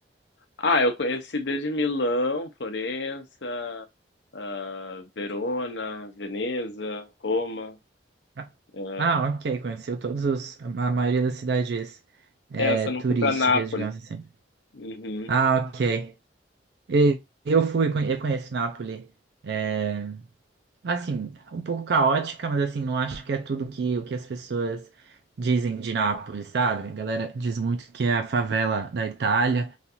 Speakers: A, on the left; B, on the right.
A: Ah, eu conheci desde Milão, Florença, ah, Verona, Veneza, Roma.
B: Ah,
A: eh,
B: ah, ok, conheceu todos os, a maioria das cidades é,
A: Essa não
B: turísticas,
A: fui para Nápoles.
B: digamos assim.
A: Uhum.
B: Ah, ok. E- Eu fui, conhe- eu conheço Nápoles. É, assim, um pouco caótica, mas assim, não acho que é tudo que, o que as pessoas dizem de Nápoles, sabe? A galera diz muito que é a favela da Itália.